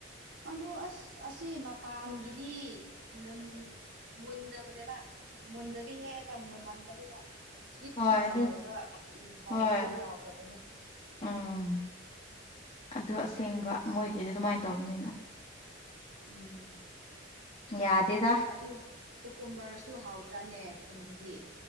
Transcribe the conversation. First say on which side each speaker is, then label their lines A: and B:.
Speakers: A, on the right; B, on the left.
A: ꯑꯗꯨ ꯑꯁ ꯑꯁꯤ ꯃꯄꯥꯟꯒꯤ ꯗꯤ ꯃꯨꯟ ꯃꯨꯟꯗꯕꯅꯦꯕ ꯃꯨꯟꯗꯕꯤ ꯍꯦꯛꯑꯒ ꯃꯨꯟꯍꯟ ꯕꯅꯤꯅꯥ ꯒꯤꯠ
B: ꯍꯣꯏ
A: ꯒꯤꯠ
B: ꯑꯗꯨꯒꯤ
A: ꯂꯥꯎꯔꯒ ꯎꯝ ꯍꯥꯎꯕꯗꯣ
B: ꯍꯣꯏ
A: ꯌꯥꯎꯗꯕꯅꯦ
B: ꯎꯝ ꯑꯗꯨ ꯑꯁꯦꯡꯕ ꯃꯣꯏꯒꯤꯗꯤ ꯑꯗꯨꯃꯥꯏ ꯇꯧꯕꯅꯤꯅ
A: ꯎꯝ
B: ꯌꯥꯗꯦꯗ
A: ꯑꯗꯨ ꯀꯨꯀꯨꯝꯕꯔꯁꯨ ꯍꯥꯎꯇ꯭ꯔꯥꯅꯦ ꯈꯨꯟꯒꯤꯗꯤ